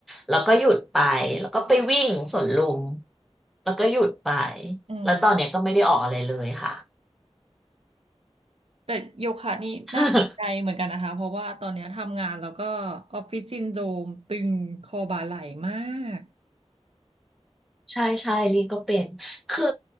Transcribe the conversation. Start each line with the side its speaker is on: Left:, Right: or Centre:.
Centre: แล้วก็หยุดไปแล้วก็ไปวิ่งสวนลุมแล้วก็หยุดไป
Right: อืม
Centre: แล้วตอนเนี้ยก็ไม่ได้ออกอะไรเลยค่ะ
Right: แต่โยคะนี่น่าสนใจเหมือนกันนะคะเพราะว่าตอนเนี้ยทำงานแล้วก็ออฟฟิศซินโดรมตึงคอบ่าไหล่มาก
Centre: <laughs> ใช่ใช่ลี่ก็เป็น คือ